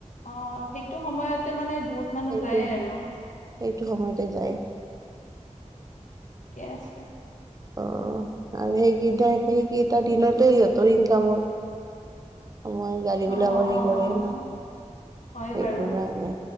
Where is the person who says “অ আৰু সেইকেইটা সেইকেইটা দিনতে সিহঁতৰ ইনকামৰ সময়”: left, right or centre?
Right